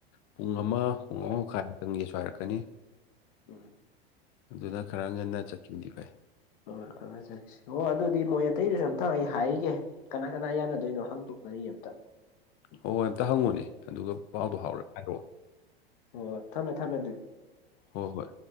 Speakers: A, on the left; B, on the left.
A: ꯄꯨꯡ ꯑꯃ ꯄꯨꯡ
B: ꯍꯣꯏ
A: ꯑꯍꯨꯝ ꯃꯈꯥꯏꯛꯇꯪꯒꯤꯁꯨ ꯍꯥꯏꯔꯛꯀꯅꯤ
B: ꯎꯝ
A: ꯑꯗꯨꯅ ꯈꯔ ꯉꯥꯟꯅ ꯆꯠꯈꯤꯕꯗꯤ ꯐꯩ
B: ꯍꯣꯏ ꯍꯣꯏ ꯆꯠꯁꯤ ꯑꯗꯨꯗꯤ ꯃꯣꯏ ꯑꯇꯩꯗꯨꯁꯨ ꯑꯝꯇꯪ ꯑꯩ ꯍꯥꯏꯒꯤꯒꯦ ꯀꯅꯥ ꯀꯅꯥ ꯌꯥꯅꯗꯣꯏꯅꯣ ꯍꯥꯡꯇꯣꯛꯅꯔꯤ ꯑꯝꯇ
A: ꯍꯣꯏ ꯍꯣꯏ ꯑꯝꯇ ꯍꯪꯉꯨꯅꯦ ꯑꯗꯨꯒ ꯄꯥꯎꯗꯣ ꯍꯥꯎꯔ ꯍꯥꯏꯔꯛꯑꯣ
B: ꯑꯣ ꯊꯝꯃꯦ ꯊꯝꯃꯦ ꯑꯗꯨꯗꯤ
A: ꯍꯣ ꯍꯣꯏ